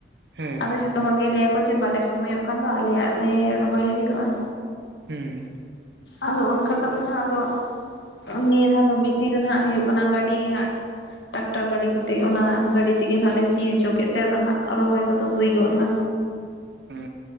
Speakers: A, on the right; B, on the left.
A: ᱦᱮᱸ
B: ᱟᱫᱚ ᱡᱷᱚᱛᱚ ᱦᱚᱲᱜᱮ ᱞᱟᱹᱭᱟᱠᱚ ᱡᱮ ᱵᱟᱞᱮ ᱥᱚᱢᱚᱭᱚᱜ ᱠᱟᱱ ᱫᱚ ᱟᱞᱮᱭᱟᱜ ᱞᱮ ᱨᱚᱦᱚᱭ ᱞᱟᱹᱜᱤᱫᱚᱜᱼᱟᱱᱼᱼ
A: ᱦᱩᱸ
B: ᱟᱫᱚ ᱚᱱᱠᱟ ᱠᱟᱛᱮ ᱱᱟᱜ ᱟᱫᱚ ᱱᱤᱭᱟᱹ ᱫᱷᱟᱣ ᱫᱚ ᱵᱮᱥᱤ ᱫᱚ ᱱᱟᱜ ᱦᱩᱭᱩᱜ ᱠᱟᱱᱟ ᱜᱟᱹᱰᱤ ᱜᱮᱱᱟᱸᱜ᱾ ᱴᱟᱠᱴᱟᱨ ᱜᱟᱹᱰᱤ ᱠᱚᱛᱮ ᱚᱱᱟ ᱜᱟᱹᱰᱤ ᱛᱮᱜᱮ ᱱᱟᱜ ᱞᱮ ᱥᱤ ᱦᱚᱪᱚ ᱠᱮᱫ ᱛᱮ ᱟᱫᱚ ᱱᱟᱜ ᱨᱚᱦᱚᱭ ᱠᱚ᱾ ᱫᱚ ᱦᱩᱭ ᱜᱚᱫ ᱮᱱᱟ
A: ᱦᱩᱸ